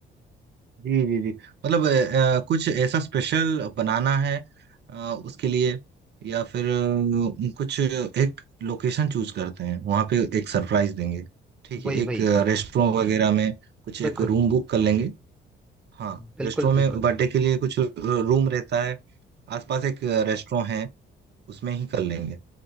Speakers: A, on the right (about 60°); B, in the centre.
A: जी जी जी मतलब अ, अ, कुछ ऐसा स्पेशल बनाना है अ, उसके लिए या फिर अ, कुछ एक लोकेशन चूज करते हैं वहां पे एक सरप्राइज देंगे ठीक
B: वही
A: है
B: वही
A: एक रेस्टोरेंट वगैरह में कुछ
B: बिल्कुल
A: एक रूम बुक कर लेंगे हाँ
B: बिल्कुल
A: रेस्टोरेंट
B: बिल्कुल
A: में बर्थडे के लिए कुछ रूम रहता है आसपास एक रेस्टोरेंट है उसमें ही कर लेंगे